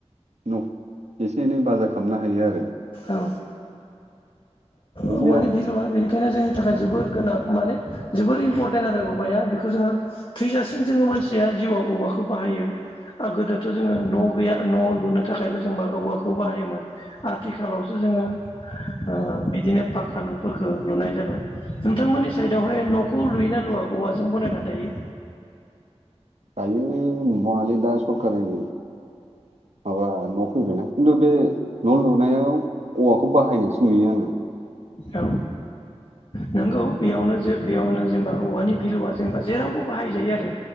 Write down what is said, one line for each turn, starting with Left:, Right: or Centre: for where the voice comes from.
Right: न एसे एनै बाजा खालामनो हायो आरो।
Left: औ औवानि
Right: जेराव
Left: भेलु आनो बेनिखायनो जों निथाखाय जोबोर गोनां माने जोबोर इम्परटेन्ट आरो औवाया बेखौ जोंङो थैजासिम जोंङो मानसिया जिउआव औवाखौ बाहायो आ गोदोथ' जोंङो न' गैया न' लुनो थाखायबो जोंबा औवाखौ बाहायोमोन आ थिखालावसो जोंङो ओ बिदिनो पाक्का न'फोरखौ लुनाय जाबाय नोंथांमोननि साइडआवहाय न'खौ लुयोना लुवा औवाजों बानायना दायो।
Right: दायो न'आनो दा सरखारनि माबा न' फैबायना खिन्थु बे न' लुनायाव औवाखौ बाहायनायसो नुयो आंङो।
Left: औ नोंगौ बेयावनो जे बेयावनो जेनेबा औवानि भेलुवा जेनेबा जेरावबो बाहाय जायो आरो।